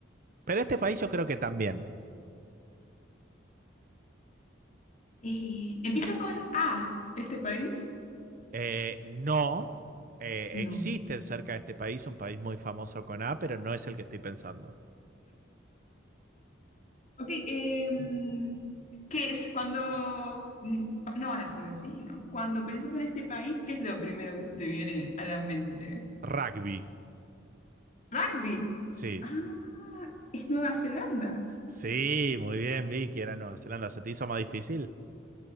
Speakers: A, on the right (about 45°); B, on the left (about 40°).
A: Pero este país yo creo que también.
B: Eh, empieza con A, este país.
A: Eh, no. eh,
B: No.
A: existe cerca de este país un país muy famoso con A, pero no es el que estoy pensando.
B: Ok, em, ¿qué es cuando... mm, va- No van a ser vecinos. Cuando pensás en este país, ¿qué es lo primero que se te viene a la mente?
A: Rugby.
B: Rugby.
A: Sí.
B: Ah, es Nueva Zelanda.
A: Sí, muy bien, Vicky, era Nueva Zelanda. ¿Se te hizo más difícil?